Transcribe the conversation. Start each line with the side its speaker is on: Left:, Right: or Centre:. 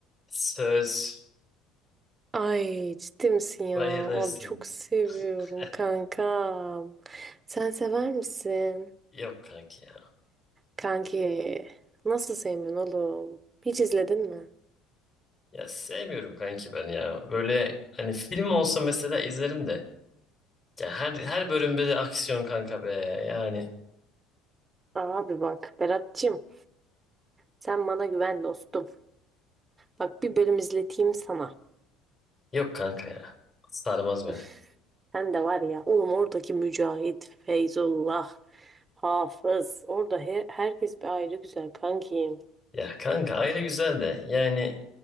Left: Söz.
Right: Ay ciddi misin ya?
Left: Bayılırsın.
Right: Abi çok seviyorum
Left: <laughs>
Right: kankam. Sen sever misin?
Left: Yok kanki ya.
Right: Kanki nasıl sevmiyorsun oğlum? Hiç izledin mi?
Left: Ya sevmiyorum kanki ben ya. Böyle hani film olsa mesela izlerim de. Ya her her bölümde de aksiyon kanka be. Yani
Right: Abi bak Berat'cığım sen bana güven dostum. Bak bir bölüm izleteyim sana.
Left: yok kanka ya. Sarmaz beni.
Right: Öf, sen de var ya oğlum oradaki Mücahit, Feyzullah, Hafız. Orada he- herkes bir ayrı güzel kankim.
Left: Ya kanka ayrı güzel de yani